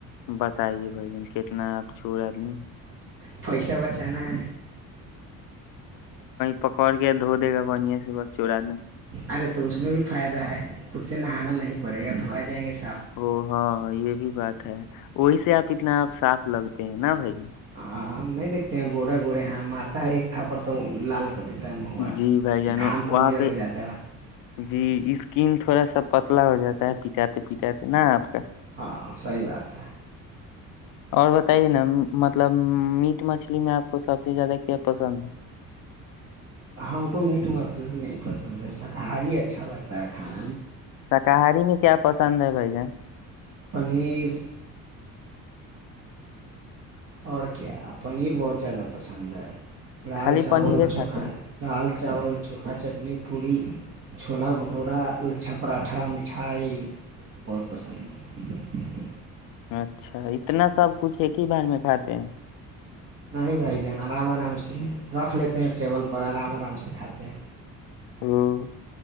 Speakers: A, on the left; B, on the right.
A: بتائیے بھ جن کتنا آپ چھوور آدمی
B: فائس کیا بچانا ہے
A: پکوڑ کے دو دے گا بڑیا سے بچ چوںوراد
B: ارے تو اس میں بھی فائدہ ہے خود سے نہانا نہیں پڑے گا دھویا جائیں گے س
A: او ہاں یہ بھی بات ہے وہی سے آپ اتنا آپ صاف لگتے ہیں نا بھائی
B: ہاں نہیں دیکتے ہیں گوڑا گوڑے یہاں مارتا ہے ایک تھا پر تو لال کو دیتا میں ہوا
A: جی بھائی جانو
B: گھام پہ
A: وہاں
B: گجر ہو جاتا ہے
A: جی اسکین تھوڑا سا پتلا ہو جاتا ہے پٹاتے پٹاتے نہ آپ کا
B: ہاں صحیح بات ہے
A: اور بتائیے نا مطلب میٹ مچھلی میں آپ کو سب سے زیادہ کیا پسند ہے
B: ہم کو میٹ مھ نہیں پسند ہے شاکاہاری اچھا لگتا ہے کھانے
A: شاکاہاری میں کیا پسند ہے بھائی جان
B: پنیر اور کیا پنیر بہت زیادہ پسند ہے دال
A: خالی
B: چاول
A: پنیرے کھاتے
B: چوکھا
A: ہیں
B: دال ال چاول چوکھا چٹنی پوری چھولا بھٹورا لچھا پراٹھا مٹھائی یہ سب بہت پسند ہے
A: اچھا اتنا سب کچھ ہے کی بار میں کھاتے ہیں
B: نہ ہی بھائی جان آرام آرام سے رکھ لیتے ہیں ٹیبل پر آرام آرام سے کھاتے ہیں
A: ہ <unintelligible>